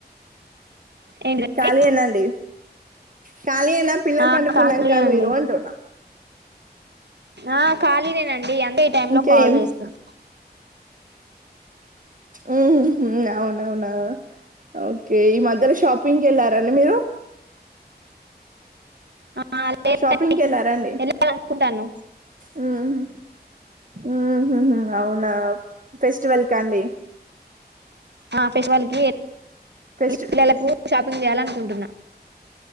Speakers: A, on the right; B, on the right.
A: ఏంటిదండి
B: ఖాళీయేనా అండి? ఖాళీయేనా? పిల్లలు
A: ఆ
B: పడుకున్నాక
A: ఖాళీ అండి
B: మీరు అంటున్నా?
A: ఆ ఖాళీనే అండి. అంతే ఈ టైంలో
B: ఇంకేం
A: కాల్ జేస్తున్న.
B: ఉహు, అవునవునా. ఓకే, ఈ మధ్ ఇద్దరూ షాపింగ్ వెళ్లారండి మీరు?
A: ఆ, లేదండి.
B: షాపింగ్కి వెళ్ళారండి
A: ఏలా అనుకుంటన్నాం?
B: ఉహు. ఉహుహు.. అవునా? ఫెస్టివల్ కండి.
A: ఆ ఫెస్టివల్ కి
B: ఫెస్ట్
A: <unintelligible> పిల్లలకు, షిప్పింగ్. కొనియాలి అనుకుంటున్నా.